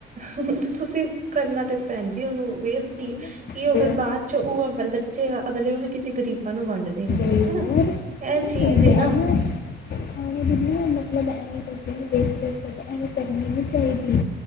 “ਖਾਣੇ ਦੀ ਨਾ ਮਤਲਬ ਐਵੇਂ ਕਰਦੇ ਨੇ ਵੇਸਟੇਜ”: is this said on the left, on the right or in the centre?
Left